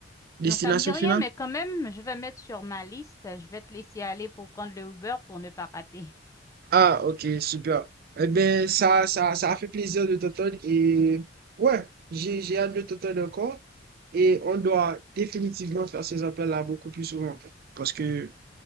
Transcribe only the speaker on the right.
Destination
Finale?
Ah, ok, super. Eh ben, ça, ça, ça a fait plaisir de t'entendre et ouais, j'ai, j'ai hâte de t'entendre encore et on doit définitivement faire ces appels-là beaucoup plus souvent parce que